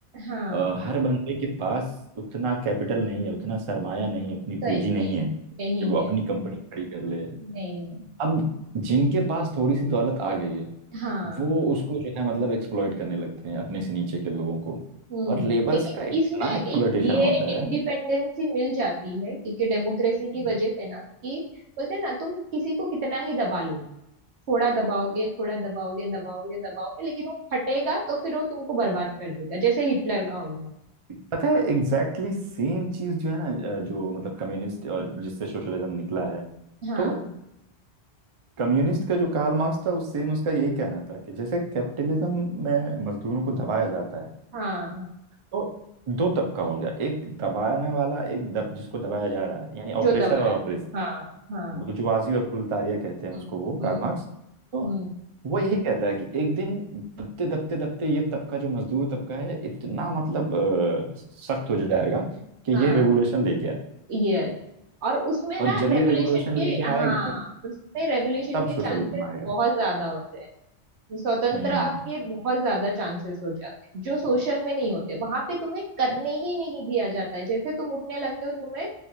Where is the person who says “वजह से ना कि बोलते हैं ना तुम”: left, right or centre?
Right